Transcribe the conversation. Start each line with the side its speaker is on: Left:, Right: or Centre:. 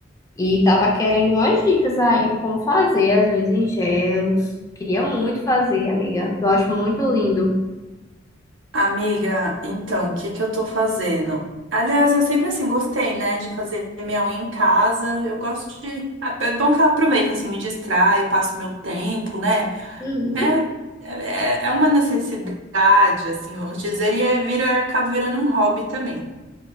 Left: E tava querendo umas dicas aí de como fazer as unhas em gels. Queria muito fazer, amiga. Eu acho muito lindo.
Right: amiga, então, o que que eu tô fazendo? Aliás, eu sempre assim gostei, né, de fazer minha unha em casa. Eu gosto de. ah, É bom que eu aproveito, assim, me distraio, passo meu tempo, né?
Left: Uhum.
Right: É, é, é é uma necessidade, assim, vamos dizer, e é, vira, acaba virando um hobby também.